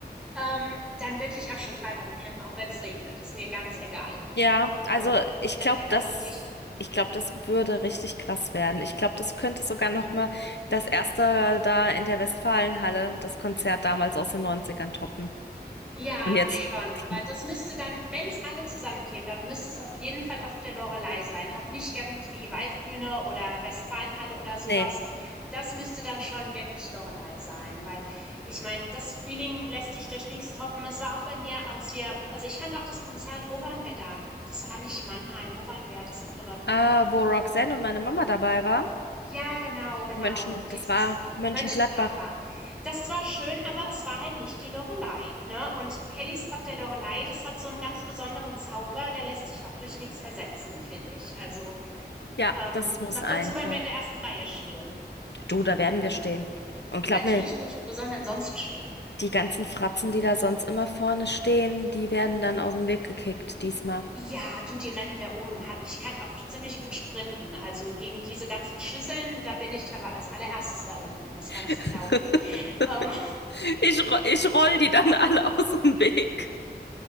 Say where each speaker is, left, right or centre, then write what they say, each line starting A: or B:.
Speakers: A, in the centre; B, on the left.
A: Ähm, dann würde ich auch schon drei Wochen campen, auch wenn es regnet, ist mir ganz egal.
B: Ja, also
A: Ähm,
B: ich
A: dann
B: glaube,
A: wäre da
B: das,
A: um dich
B: ich glaube, das würde richtig krass werden. Ich glaube, das könnte sogar noch mal das erste da in der Westfalenhalle, das Konzert damals aus den Neunzigern toppen.
A: Ja,
B: Und jetzt,
A: schon.
B: <laughs>
A: Aber das müsste dann, wenn es alle zusammenkämen, dann müsste es auf jeden Fall auf der Loreley sein. Auch nicht irgendwie Waldbühne oder Westfalenhalle oder sowas.
B: Nee,
A: Das müsste dann schon wirklich Loreley sein, weil ich meine, das Feeling lässt sich durch nichts toppen. Es war auch bei mir, als wir, also ich fand auch das Konzert, wo waren wir da? Das war nicht Mannheim, wo waren wir? Das andere.
B: äh, wo Roxanne und meine Mama dabei war,
A: Ja, genau, genau,
B: München,
A: dieses
B: das war Mönchengladbach.
A: Mönchengladbach. Das war schön, aber es war halt nicht die Loreley, ne? Und Kellys auf der Loreley, das hat so einen ganz besonderen Zauber, der lässt sich auch durch nichts ersetzen, finde ich. Also,
B: Ja,
A: ähm,
B: das muss
A: noch
B: einfach.
A: dazu, wenn wir in der ersten Reihe stehen.
B: Du, da werden wir stehen. Und glaub
A: Natürlich,
B: mir,
A: wo, wo sollen wir denn sonst stehen?
B: die ganzen Fratzen, die da sonst immer vorne stehen, die werden dann aus dem Weg gekickt diesmal.
A: Ja, du, die rennen wir um. Ha- Ich kann auch ziemlich gut sprinten. Also gegen diese ganzen Schüsseln, da bin ich aber als allererstes da unten. Das kannst
B: <laughs>
A: du glauben. Ähm,
B: Ich, ro- ich roll die dann alle aus dem Weg.